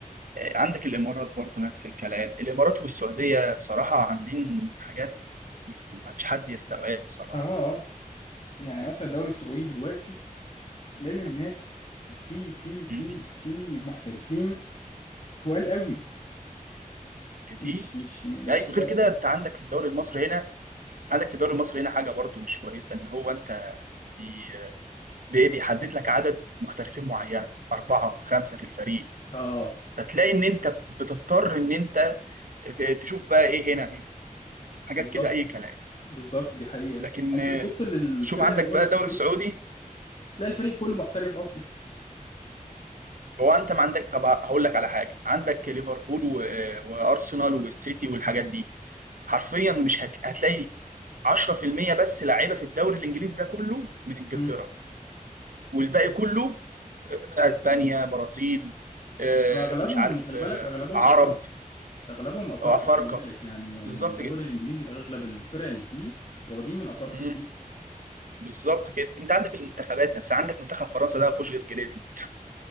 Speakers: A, on the right; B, on the left.
A: عندك الامارات برضه نفس الكلام الامارات والسعوديه بصراحه عاملين حاجات يعني ما فيش حد يستوعبها بصراحه
B: اه اه يعني مثلا الدوري السعودي دلوقتي لامم
A: يعني
B: ناس في في في
A: مم.
B: في محترفين تقال قوي
A: كتير
B: مش مش م-
A: يعني
B: مش هلاقي
A: غير كده انت عندك في الدوري المصري هنا عندك في الدوري المصري هنا حاجه برضه مش كويسه ان هو انت بي- بي- بيحدد لك عدد محترفين معين أربعة خمسة في الفريق
B: اه
A: فتلاقي إن أنت بتضطر إن أنت ت- تشوف بقى إيه هنا هنا حاجات
B: بالظبط
A: كده أي كلام
B: بالظبط دي حقيقه
A: لكن
B: انت
A: آه،
B: تبص للفرق
A: شوف عندك
B: الدوري
A: بقى
B: السعودي
A: الدوري السعودي
B: تلاقي الفريق كله محترف اصلا
A: هو انت ما عندك طب هقول لك على حاجه عندك
B: <laughs>
A: ليفربول و... وارسنال والسيتي والحاجات دي حرفيا مش هت... هتلاقي 10% بس لعيبه في الدوري الانجليزي ده كله من انجلترا
B: مم.
A: والباقي كله اسبانيا برازيل آه،
B: واغلبهم
A: مش عارف
B: خلي
A: آه،
B: بالك اغلبهم
A: عرب
B: افارقه اغلبهم افارقه
A: او افارقه
B: خلي بالك يعني يعني
A: بالظبط
B: الدوري
A: كده
B: الانجليزي اغلب الفرق اللي فيه واخدين من افارقه
A: مم،
B: كتير
A: بالظبط كده انت عندك المنتخبات نفسها عندك منتخب فرنسا ده ما فيهوش غير جريزمان